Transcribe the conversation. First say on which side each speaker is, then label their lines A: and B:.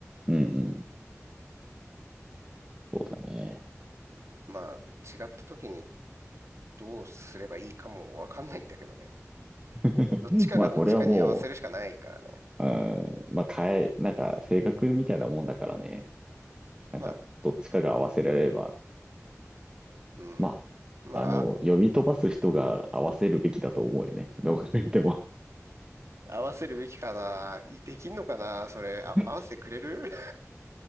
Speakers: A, on the right (about 20°); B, on the right (about 65°).
A: うんうん、そうだね。
B: まあ違った時にどうすればいいかもわかんないんだけどね。
A: <laughs>
B: どっちかがどっちかに合わせるしかないからね。
A: まあ、これはもう、うん、まあ、変え、なんか、性格みたいなもんだからね。なんか、
B: まあ、
A: どっちかが合わせられれば、
B: うん。
A: ま
B: まあ、
A: あ、あの、
B: あ
A: 読み飛ばす人が合わせるべきだと思うよね。どう考えても。
B: 合わせるべきかな。いできんのかな。それ、
A: <laughs>
B: あ、合わせてくれる